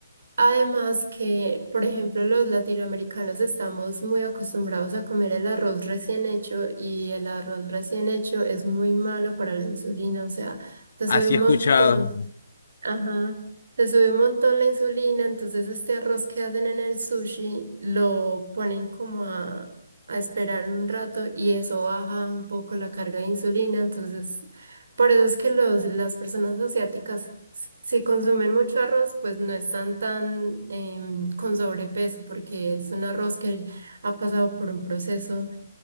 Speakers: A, on the right; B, on the left.
A: Además que, por ejemplo, los latinoamericanos estamos muy acostumbrados a comer el arroz recién hecho y el arroz recién hecho es muy malo para la insulina, o sea, te sube
B: Así
A: un
B: he
A: montón.
B: escuchado,
A: Ajá, te sube un montón la insulina, entonces este arroz que hacen en el sushi lo ponen como a, a esperar un rato y eso baja un poco la carga de insulina, entonces por eso es que los, las personas asiáticas, s- si consumen mucho arroz, pues no están tan em, con sobrepeso porque es un arroz que ha pasado por un proceso